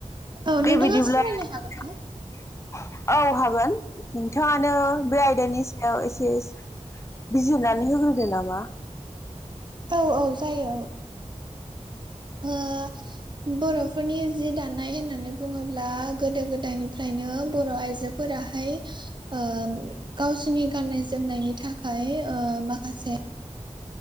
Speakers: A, on the right (about 40°); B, on the left (about 25°).
A: औ
B: दे
A: नोंथाङा
B: बिदिब्ला
A: सावरायनो
B: नोंथां।
A: हागोन ना?
B: औ हागोन। नोंथाङानो बे आयदानि सा याव एसे एस बिजिरनानै होग्रोदो नामा?
A: औ औ जायो। ओ बर'फोरनि जि दानाय होननानै बुङोब्ला गोदो गोदायनिफ्रायनो बर' आइजोफो राहाय। ओ गावसिनि गाननाय जोमनायनि थाखाय। ओ माखासे